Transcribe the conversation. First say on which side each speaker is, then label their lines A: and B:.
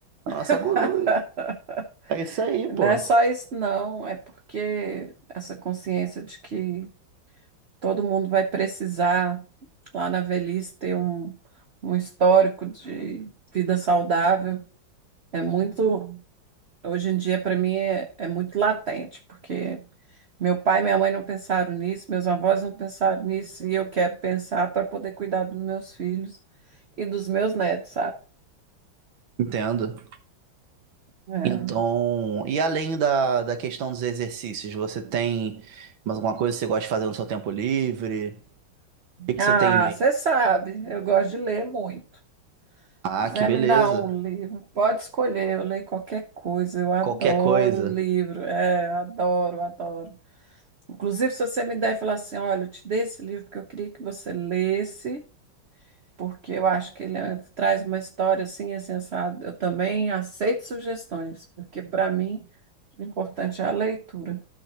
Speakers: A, on the right; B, on the right.
A: É a nossa
B: <laughs>
A: guru. É isso aí,
B: não
A: pô.
B: é só isso, não. É porque essa consciência de que todo mundo vai precisar, lá na velhice, ter um, um histórico de vida saudável. É muito, hoje em dia, para mim, é, é muito latente, porque meu pai e minha mãe não pensaram nisso, meus avós não pensaram nisso, e eu quero pensar para poder cuidar dos meus filhos e dos meus netos, sabe?
A: Entendo.
B: É.
A: Então, e além da, da questão dos exercícios, você tem mais alguma coisa que você gosta de fazer no seu tempo livre? O que que
B: Ah,
A: você tem em mente?
B: você sabe, eu gosto de ler muito.
A: Ah,
B: quiser
A: que beleza.
B: me dar um livro, pode escolher, eu leio qualquer coisa, eu adoro
A: Qualquer coisa.
B: livro, é, adoro, adoro. Inclusive, se você me der e falar assim, olha, eu te dei esse livro porque eu queria que você lesse, porque eu acho que ele eh, traz uma história assim, assim, assado, eu também aceito sugestões, porque para mim o importante é a leitura.